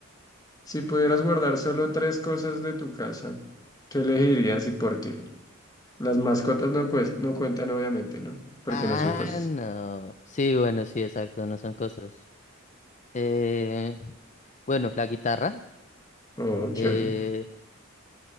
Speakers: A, on the left; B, on the left.
A: Si pudieras guardar solo tres cosas de tu casa, ¿qué elegirías y por qué? Las mascotas no, cues- no cuentan, obviamente, ¿no? Porque
B: Ah,
A: no son cosas.
B: no. Sí, bueno, sí, exacto, no son cosas. Eh, bueno, la guitarra,
A: Oh,
B: eh,
A: chévere.